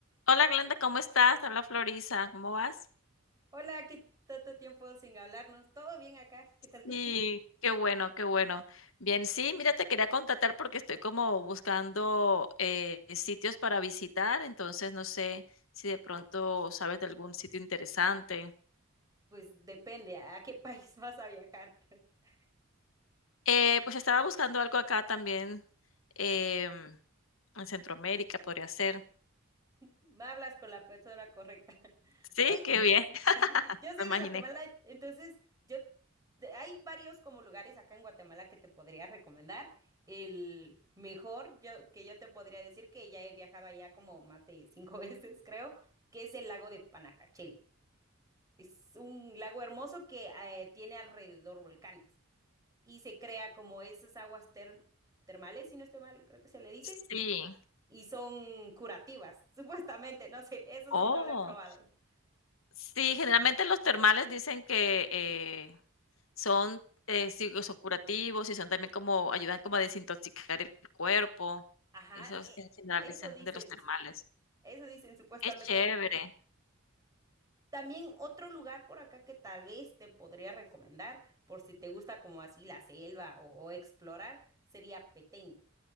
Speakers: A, on the left (about 70°); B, on the right (about 15°).
A: Hola Glenda, ¿cómo estás? Habla Florisa, ¿cómo vas?
B: Hola, qué tanto tiempo sin hablarnos. ¿Todo bien acá? ¿Qué tal tú?
A: Sí,
B: <laughs>
A: qué bueno, qué bueno. Bien, sí, mira, te quería contactar porque estoy como buscando eh, sitios para visitar, entonces no sé si de pronto sabes de algún sitio interesante.
B: Pues depende a qué <laughs> país vas a viajar. <laughs>
A: Eh, pues estaba buscando algo acá también em, en Centroamérica, podría ser.
B: Me hablas con la persona correcta. <laughs>
A: Sí,
B: ¿Sabes?
A: qué bien, <laughs>
B: Sí, yo soy
A: lo imaginé.
B: de Guatemala, entonces yo de- hay varios como lugares acá en Guatemala que te podría recomendar. El mejor yo, que yo te podría decir que ya he viajado allá como más de cinco <laughs> veces, creo, que es el lago de Panajachel. Es un lago hermoso que eh, tiene alrededor volcanes. y se crea como esas aguas ter- termales, si no estoy mal, creo que se le dice,
A: Sí.
B: y son curativas, <laughs> supuestamente, no sé, eso
A: Oh.
B: sí no lo he probado.
A: Sí,
B: Sí.
A: generalmente los termales dicen que, eh, son, eh, sí, son curativos y son también como ayudan como a desintoxicar el cuerpo.
B: Ajá,
A: Eso
B: e-
A: es, en general
B: eso
A: dicen
B: dicen,
A: de los termales.
B: su- eso dicen supuestamente.
A: Qué chévere.
B: También otro lugar por acá que tal vez te podría recomendar, por si te gusta como así la selva o, o explorar, sería Petén.